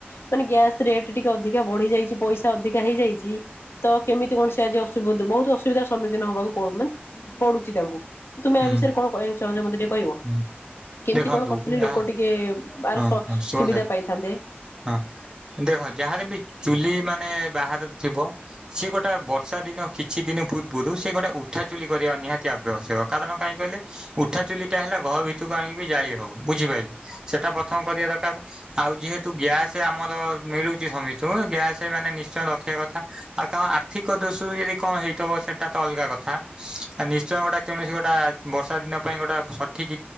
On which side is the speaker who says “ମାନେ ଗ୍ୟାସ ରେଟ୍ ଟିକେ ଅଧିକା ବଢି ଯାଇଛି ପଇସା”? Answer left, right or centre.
Left